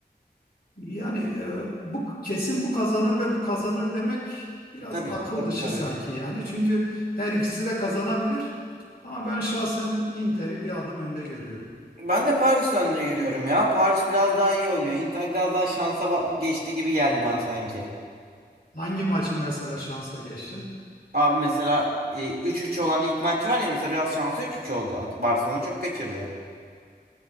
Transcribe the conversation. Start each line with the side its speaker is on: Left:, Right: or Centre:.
Left: Yani e, bu kesin bu kazanır ve bu kazanır demek biraz
Right: Tabii
Left: akıl
Right: tabii
Left: dışı
Right: tabii.
Left: sanki yani. Çünkü her ikisi de kazanabilir. Ama ben şahsen Inter'i bir adım önde görüyorum.
Right: Ben de Paris önde görüyorum ya. Paris biraz daha iyi oynuyor. Inter biraz daha şansa ba- geçti gibi geldi bana sanki.
Left: Hangi maçı mesela şansa geçti?
Right: Abi mesela e, 3-3 olan ilk maç var ya mesela biraz şansı 3-3 oldu. Ad- Barcelona çok kaçırdı.